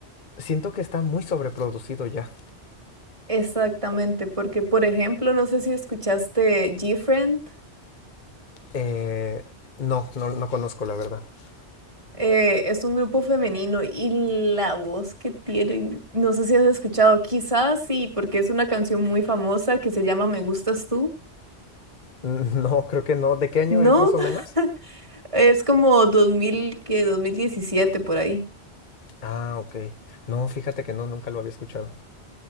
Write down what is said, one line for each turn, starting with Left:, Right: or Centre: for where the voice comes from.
Left: siento que está muy sobreproducido ya.
Right: exactamente, porque por ejemplo, no sé si escuchaste G-Friend,
Left: Eh, no, no, no conozco la verdad. <laughs>
Right: eh, es un grupo femenino y la voz que tienen, no sé si has escuchado, quizás sí, porque es una canción muy famosa que se llama Me gustas tú,
Left: No, creo que no. ¿De qué año
Right: ¿no?
Left: es más o
Right: <laughs>
Left: menos?
Right: Es como dos mil que 2017 por ahí.
Left: Ah, ok. No, fíjate que no, nunca lo había escuchado.